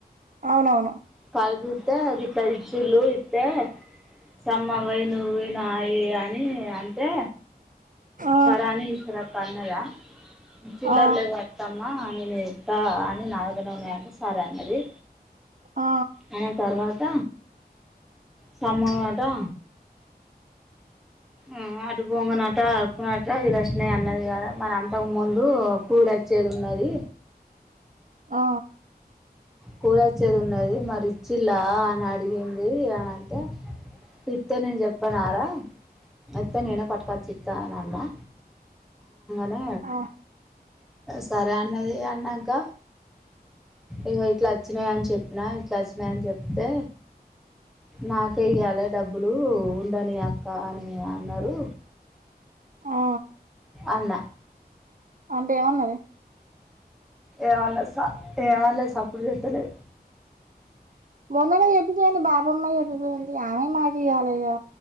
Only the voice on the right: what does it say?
అవునవును
ఆ
ఆ
ఆ
ఆ
ఆ
ఆ
అంటే ఏమన్నది?
మొన్ననే చెప్పిపోయింది. బాబమ్మ చెప్పిపోయింది. అమే మాకియాల ఇగ.